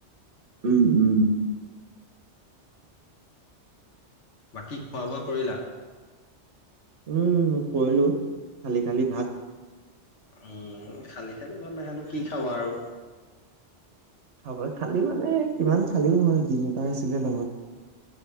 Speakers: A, on the right (about 70°); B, on the left (about 80°).
A: উম, উম।
B: বাকী খোৱা বোৱা কৰিলা?
A: উম, কৰিলো। খালি খালি ভাত।
B: উম, খালি খালি ভাত নাখালোঁ।
A: খা
B: কি খাবা আৰু।
A: <unintelligible> খালি মানে কিমান খালিও নহয়, দিম এটা আছিলে লগত।